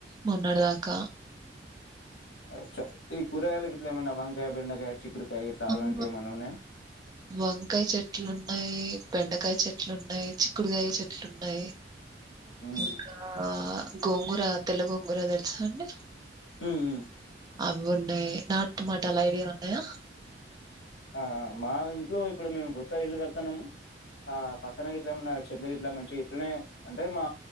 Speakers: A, on the right (about 20°); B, on the left (about 80°).
A: మొన్నట్ దాకా
B: అచ్చ ఈ కూరయలు గిట్ల ఏమన్నా. వన్ వంకాయ్, బెండకాయ్, చిక్ ఇప్పుడు క్యా <unintelligible> గట్ అలాంటి
A: హ్మ్.
B: ఏమన్నా ఉన్నాయ్యా.
A: వంకాయ చెట్లున్నాయి, బెండకాయ చెట్లు ఉన్నాయి, చిక్కుడుకాయ చెట్లు ఉన్నాయి.
B: ఉ
A: ఇంకా గోంగూర, తెల గోంగూర అదడ్ అండ్
B: ఉహ్ ఉహ్
A: అవున్నయి. నాట్మాటాల ఐడియా ఉన్నాయ్యా.
B: ఆహ్ ఆ మా ఇంట్లో ఇప్పుడు మేము కొత్త ఇల్లు కడతన్నాము. ఆ పక్కన గిట్ల ఏమన్న చెట్లూ గిట్లా మంచి ఇట్లనే అంటే. మా